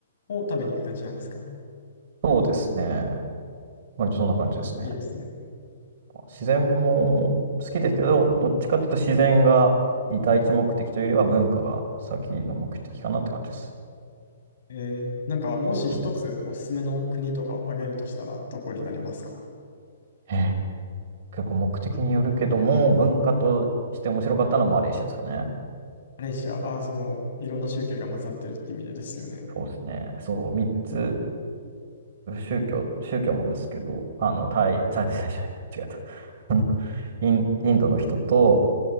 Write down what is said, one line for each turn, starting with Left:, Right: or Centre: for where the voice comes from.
Left: を食べに行く感じなんですか
Right: そうですね。割とそんな感じですね。
Left: えーいいですね。
Right: 自然も好きですけど、
Left: えー
Right: どっちかというと自然が第一目的というよりは文化が先の目的かなって感じです。
Left: えーなんかもし一つおすすめの国とかを挙げるとしたらどこになりますか
Right: うんええ結構目的によるけども、文化として面白かったのはマレーシアですかね。
Left: マレーシア、あー、そのいろんな宗教が混ざってるって意味でですよね。
Right: そうですね。そう、三つ、宗教、宗教もですけど、あの、タイ、タイ、タイじゃない間違えた。あの、イン、インドの人と、